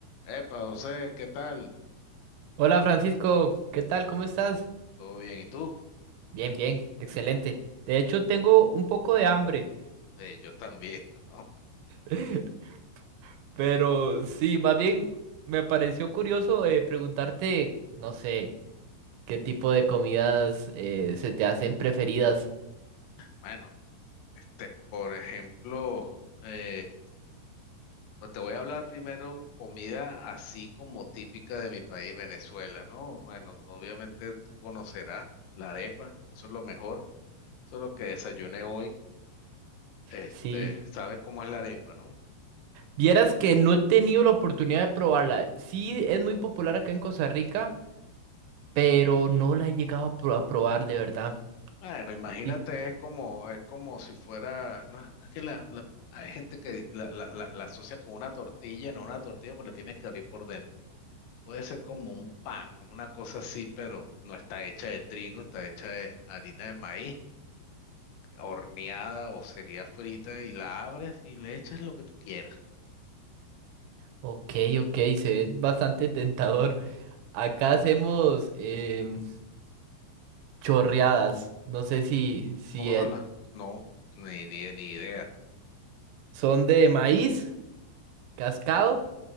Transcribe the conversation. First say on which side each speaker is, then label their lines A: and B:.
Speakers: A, on the left; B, on the right.
A: Epa, José, ¿qué tal?
B: Hola Francisco, ¿qué tal? ¿Cómo estás?
A: ¿Todo bien? ¿Y tú?
B: Bien, bien, excelente. De hecho, tengo un poco de hambre,
A: Eh, yo también. <laughs> ¿no?
B: <laughs> pero sí, más bien me pareció curioso eh, preguntarte, no sé, qué tipo de comidas eh, se te hacen preferidas.
A: Bueno, este, por ejemplo, eh, pues te voy a hablar primero comida así como típica de mi país, Venezuela, ¿no? Bueno, tú- obviamente tú conocerás la arepa, eso es lo mejor, eso es lo que desayuné hoy. Este,
B: Sí,
A: sabes cómo es la arepa, ¿no?
B: vieras que no he tenido la oportunidad de probarla. Sí, es muy popular acá en Costa Rica, pero no la he llegado a, pro- a probar de verdad.
A: Bueno, imagínate,
B: Sí.
A: es como, es como si fuera, no, es que la, la- hay gente que la, la, la, la asocia con una tortilla, no una tortilla, porque la tienes que abrir por dentro. Puede ser como un pan, una cosa así, pero no está hecha de trigo, está hecha de harina de maíz, horneada o sería frita, y la abres y le echas lo que tú quieras.
B: Ok, ok, se ve bastante tentador. Acá hacemos... em, chorreadas. No sé si, si
A: ¿Cómo son
B: eh,
A: las? No, ni, ni, ni idea.
B: son de maíz cascado.